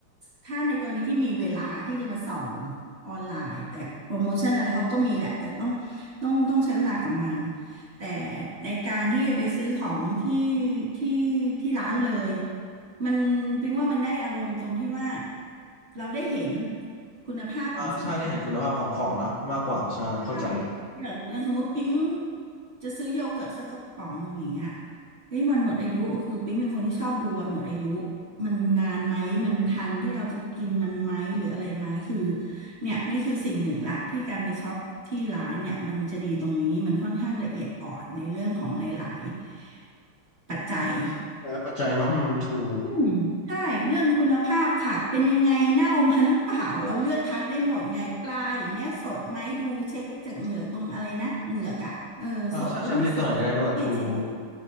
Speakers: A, on the right; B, on the left.
A: ถ้าในกรณีที่มีเวลาที่จะมาส่อง ออนไลน์แต่โปรโมชั่นอะไรเขาก็มีแหละแต่ต้องต้องต้องใช้เวลากับมันแต่ในการที่ไปซื้อของที่ที่ที่ร้านเลยมันเป็นว่ามันได้อารมณ์ตรงที่ว่าเราได้เห็นคุณภาพของสินค้า
B: อ่าใช่ได้เห็นคุณภาพของของเนอะมากกว่าใช่เข้าใจ
A: ใช่อย่างอย่างสมมติปิ๊งจะซื้อโยเกิร์ตสักกระป๋องหนึ่งอย่างเงี้ยเฮ้ยวันหมดอายุ คือปิ๊งเป็นคนที่ชอบดูวันหมดอายุ มันนานไหมมันทันที่เราจะกินมันไหมหรืออะไรไหมคือเนี่ยนี่คือสิ่งหนึ่งละที่การไปช็อปที่ร้านเนี่ยมันจะดีตรงนี้มันค่อนข้างละเอียดอ่อนในเรื่องของหลายๆปัจจัย
B: และปัจจัยเนาะอืมถูก
A: อืมใช่เรื่องคุณภาพผักเป็นยังไงเน่ามาหรือเปล่าเราเลือกคัดได้หมดไงปลาอย่างเงี้ยสดไหมดูเช็คจากเหงือกตรงอะไรนะเหงือกอ่ะเออสดหรือไม่สดสีสีสี
B: อ่าใช่ใช่มันเช็คตรงไหนก็ได้ด้วยถูก